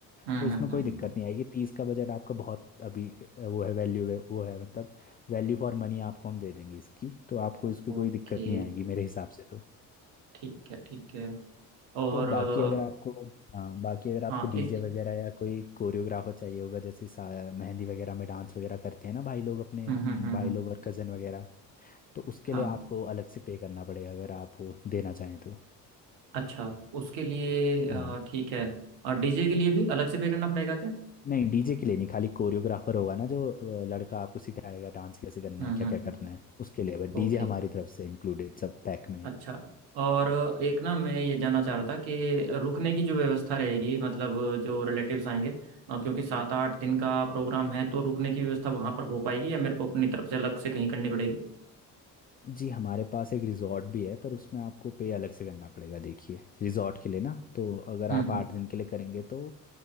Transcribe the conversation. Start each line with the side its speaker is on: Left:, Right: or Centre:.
Right: हम्म
Left: तो इसमें
Right: हम्म
Left: कोई
Right: हम्म
Left: दिक्कत नहीं आएगी तीस का बजट आपका बहुत अभी अ, वो है वैल्यू है वो है मतलब वैल्यू फॉर मनी आपको हम दे देंगे इसकी तो आपको इसकी कोई
Right: ओके
Left: दिक्कत नहीं आएगी मेरे हिसाब से तो
Right: ठीक है ठीक है और
Left: तो बाकी
Right: अ,
Left: अगर आपको हाँ बाकी अगर आपको
Right: हाँ
Left: डीजे
Right: एक
Left: वगैरह या कोई कोरियोग्राफर चाहिए होगा जैसे सा- मेहंदी वगैरह में डांस वगैरह करते हैं ना भाई लोग अपने
Right: हम्म
Left: म,
Right: हम्म हम्म
Left: भाई
Right: हम्म,
Left: लोग और कज़न वगैरह तो उसके
Right: हाँ
Left: लिए आपको अलग से पे करना पड़ेगा अगर आप वो देना चाहें तो
Right: अच्छा उसके लिए
Left: हाँ
Right: अ, ठीक है और डीजे के लिए भी अलग से पे करना पड़ेगा क्या
Left: नहीं डीजे के लिए नहीं खाली कोरियोग्राफर होगा ना जो अ, लड़का आपको सिखाएगा डांस कैसे करना
Right: हम्म
Left: है क्या
Right: हम्म
Left: क्या करना है उसके लिए बस
Right: ओके
Left: डीजे हमारी तरफ से इंक्लूडेड सब पैक में है।
Right: अच्छा और एक ना मैं ये जानना चाह रहा था कि रुकने की जो व्यवस्था रहेगी मतलब जो रिलेटिव्स आएंगे अ, क्योंकि सात आठ दिन का प्रोग्राम है तो रुकने की व्यवस्था वहां पर हो पाएगी या मेरे को अपनी तरफ से अलग से कहीं करनी पड़ेगी
Left: जी हमारे पास एक रिजॉर्ट भी है पर उसमें आपको पे अलग से करना पड़ेगा देखिए रिजॉर्ट के लिए ना तो अगर
Right: हम्म
Left: आप
Right: हम्म
Left: आठ दिन के लिए करेंगे तो